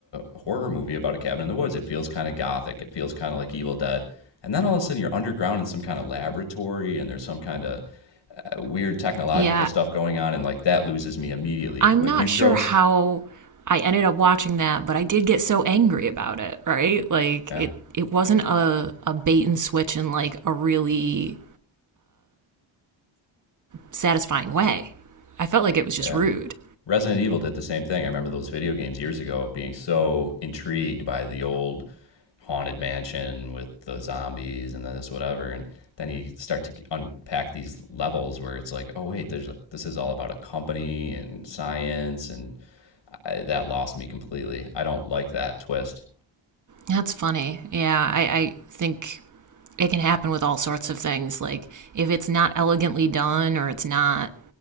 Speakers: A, on the left; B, on the right.
A: a horror movie about a cabin in the woods. It feels kind of gothic. It feels kind of like Evil Dead. And then all of a sudden you're underground in some kind of laboratory and there's some kind of uh, weird technological
B: Yeah.
A: stuff going on. And like that loses me immediately.
B: I'm
A: If
B: not
A: you throw,
B: sure how I ended up watching that, but I did get so angry about it, right? Like
A: yeah,
B: it it wasn't a, a bait and switch in like a really satisfying way. I felt like it was just
A: yeah,
B: rude.
A: Resident Evil did the same thing. I remember those video games years ago being so intrigued by the old haunted mansion with the zombies and this whatever and then you start to unpack these levels where it's like oh wait there's like this is all about a company and science and I, that lost me completely i don't like that twist
B: That's funny. Yeah, I, I think it can happen with all sorts of things. Like if it's not elegantly done or it's not